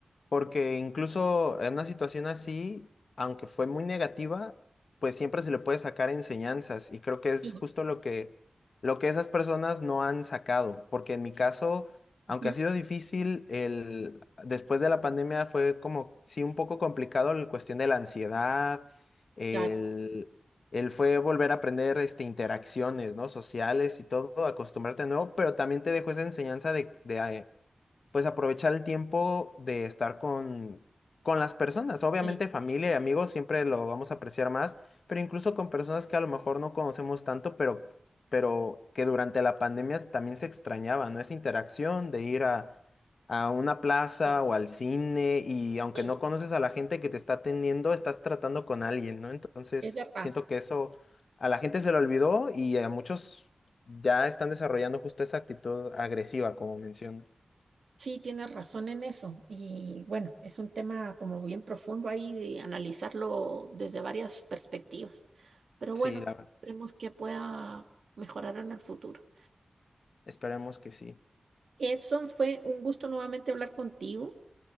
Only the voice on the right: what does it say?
Sí,
ujú,
claro,
sí,
sí,
sí,
es verdad.
Sí, tienes razón en eso. Y bueno, es un tema como bien profundo ahí de analizarlo desde varias perspectivas. Pero
bueno,
esperemos que pueda mejorar en el futuro.
Edson, fue un gusto nuevamente hablar contigo.